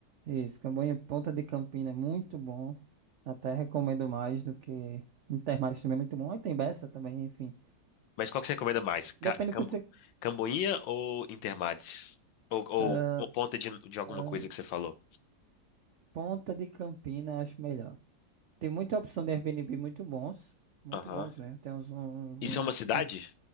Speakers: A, on the right (about 80°); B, on the left (about 80°).
A: isso, Camboinha Ponta de Campina é muito bom. Até recomendo mais do que Intermares também é muito bom. Aí tem Bessa também, enfim.
B: Mas qual que você recomenda mais? Ca-
A: Depende
B: Cambo-
A: do que você.
B: Camboinha ou Intermares? Ou, ou
A: Ah,
B: po- Ponta de, de alguma
A: ah,
B: coisa que você falou?
A: Ponta de Campina acho melhor. Tem muita opção de Airbnb muito bons, muito
B: Aham.
A: bons mesmo. Tem uns, um-
B: Isso é uma
A: uns,
B: cidade?
A: uns-